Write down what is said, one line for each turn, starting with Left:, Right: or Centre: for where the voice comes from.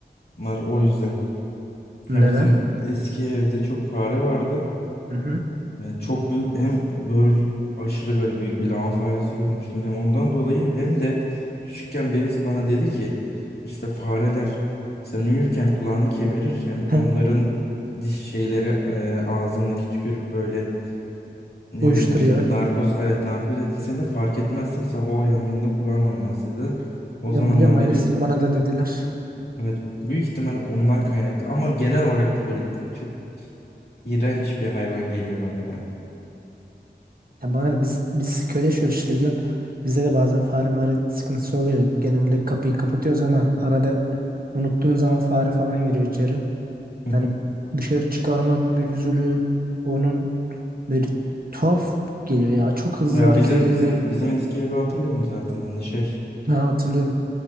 Left: var o yüzden.
Right: Neden?
Left: Ya bizim eski evde çok fare vardı.
Right: Hı hı.
Left: Yani çok büyük hem böyle aşırı böyle büyük bir lağım faresi görmüştüm. Hem ondan dolayı hem de küçükken birisi bana dedi ki işte fareler sen uyurken kulağını kemirir. Hem
Right: Heh,
Left: onların diş şeyleri e, ağzındaki tükürük böyle ne
Right: Uyuşturuyor.
Left: denir? Narkoz evet narkoz etkisini de fark etmezsin. Sabah uyandığında kulağın olmaz dedi. O
Right: Ya
Left: zamandan
Right: biliyorum aynısını
Left: beri
Right: bana da dediler.
Left: evet büyük ihtimal ondan kaynaklı ama genel olarak da böyle çok iğrenç bir hayvan geliyor bana ya.
Right: Ya bana da biz biz köyde yaşıyoruz işte biliyorsun. Bizde de bazen fare mağara sıkıntısı oluyor. Genelde kapıyı kapatıyoruz ama arada unuttuğun zaman fare falan giriyor içeri.
Left: Hı hı.
Right: Yani dışarı çıkarmak bir zulüm. Onun Böyle tuhaf geliyor ya. Çok hızlı
Left: Ya
Right: hareket
Left: bizim
Right: ediyor
Left: bizim
Right: ve
Left: bizim eski evi hatırlıyorum zaten hani şey
Right: ha, hatırlıyorum.